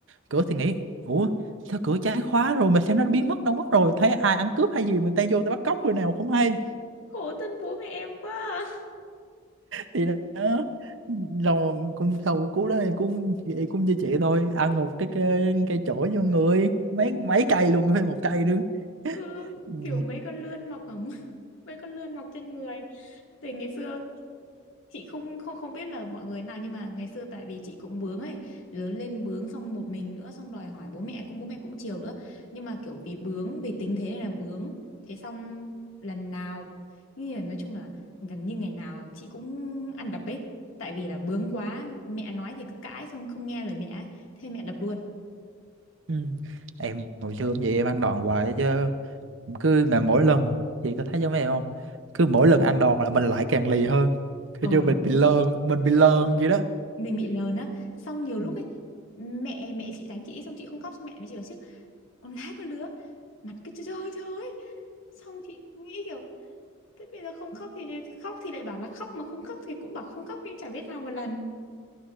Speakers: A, on the right; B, on the left.
A: cửa thì nghĩ ủa sao cửa trái khóa rồi mà sao nó biến mất đâu mất rồi thấy ai ăn cướp hay gì người ta vô ta bắt cóc rồi nào không hay
B: khổ thân bố mẹ em quá à.
A: thì đó rồi cũng sau cú đó em cũng vậy cũng như chị thôi ăn một cái cây, cây chổi vô người mấy mấy cây luôn phải một cây nữa
B: ừ
A: ừ.
B: kiểu mấy con lươn mọc ở <laughs> mấy con lươn mọc trên người thì ngày xưa chị không không không biết là mọi người nào nhưng mà ngày xưa tại vì chị cũng bướng ấy lớn lên bướng xong một mình nữa xong đòi hỏi bố mẹ cũng bố mẹ cũng chiều nữa nhưng mà kiểu vì bướng vì tính thế này là bướng thế xong lần nào như là nói chung là gần như ngày nào chị cũng ăn đập ấy tại vì là bướng quá mẹ nói thì cứ cãi xong không nghe lời mẹ ấy. thế mẹ đập luôn
A: ừ. em hồi xưa cũng vậy em ăn đòn hoài chứ cứ mà mỗi lần chị có thấy giống em không cứ mỗi lần ăn đòn là mình lại càng lì hơn
B: ờ
A: kiểu như
B: đúng
A: mình bị lơn mình bị lơn vậy đó
B: mình bị lờn á xong nhiều
A: Ừ.
B: lúc ấy mẹ mẹ chị đánh chị xong chị không khóc xong mẹ mới chị bảo chứ con gái con lứa mặt cứ trời trời trời xong chị nghĩ kiểu thế bây giờ không khóc thì, thì khóc thì lại bảo là khóc mà không khóc thì cũng bảo không khóc nhưng chả biết nào một lần